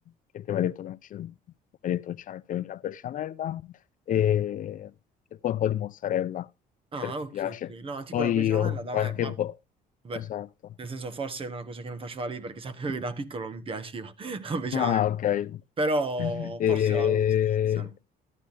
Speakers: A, on the left (about 50°); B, on the right (about 30°).
A: che te mi hai detto che non ci, mi hai detto che ci mettevi la besciamella, e, e poi un po' di mozzarella,
B: Ah,
A: per chi
B: ok,
A: piace.
B: ok. No, tipo
A: Poi
B: la besciamella
A: ho qualche
B: da me, ma
A: po'...
B: Vabbè,
A: Esatto.
B: nel senso forse è una cosa che non faceva lì perché <laughs> sapevo che da piccolo non mi piaceva, <laughs> invece
A: Ah,
B: a me.
A: ok.
B: Però
A: <laughs> E-
B: forse la utilizzano